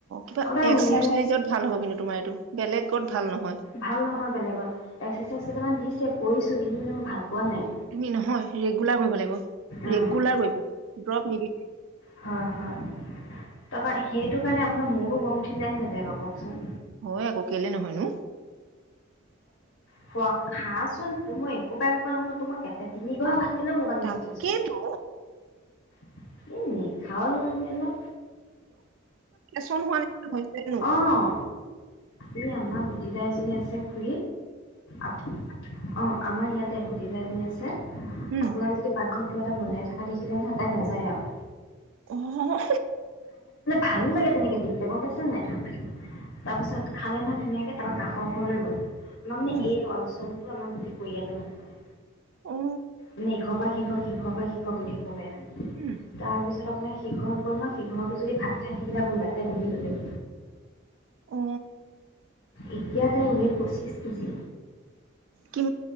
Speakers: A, on the right; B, on the left.
A: কিবা
B: আপোনাৰ
A: এক্সাৰচাইজত
B: মোৰ
A: ভাল হ'ব কিন্তু তোমাৰ এইটো বেলেগত ভাল নহয়।
B: ভাল নহয় বেলেগত এক্সাৰচাইজ কেইটামান দিছে কৰিছোঁ কিন্তু মানে মই ভাল পোৱা নাই।
A: তুমি নহয় ৰেগুলাৰ কৰিব লাগিব।
B: অঁ
A: ৰেগুলাৰ কৰিবা ড্ৰপ নিদিব।
B: হয় হয় তাৰপৰা সেইটো কাৰণে আপোনাৰ মোৰো গম উঠি যন নাযায় বু কওকচোন।
A: হয় আকৌ কেলে নহয়নো!
B: খোৱা খাচোন তো মই এসোপাই এসোপা নোখোৱাতো মই কে তিনিগহা ভাত।। খালেও মোৰ কাৰণে
A: তাকেইতো।
B: যথেষ্ট <unintelligible> নেখাও নেমেলা
A: চন হোৱা নিচ হৈছেনো।
B: অঁ এই আমাৰ ভতিজা এজনী <unintelligible> আমাৰ ইয়াতে ভতিজা এজনী আছে।
A: উম
B: আপোনাৰ যদি পাকঘৰত। কিবা এটা বনাই থকা দেখিলে ন তাই নাযায় আও।
A: অঁ।
B: ভালো লাগে তেনেকে দি। বেলেগন পাইছেনে তাৰপিছত খালে নহয় ধুনীয়াকৈ তাৰপা কাষৰ ঘৰলৈ গ'ল। আমাৰ মানে
A: অ
B: এই অঞ্চল। আমাৰ গোটেই পৰিয়ালৰ মানুহ মানে
A: অ
B: মানে ইঘৰৰ পৰা সিঘৰ সিঘৰ পৰা সিখৰ গৈ থাকিব। পাৰে মানে।
A: উম
B: তাৰ পিছত আপোনাৰ সি। সি ঘৰত গ'ল ন সিঘৰতো যদি ভাত খাই থাকিলে কোনবাই তাই বহি ল'লে গ
A: অ
B: এতিয়া তাই ওৱেট পৰচিদ পছিশ কেজি।
A: কি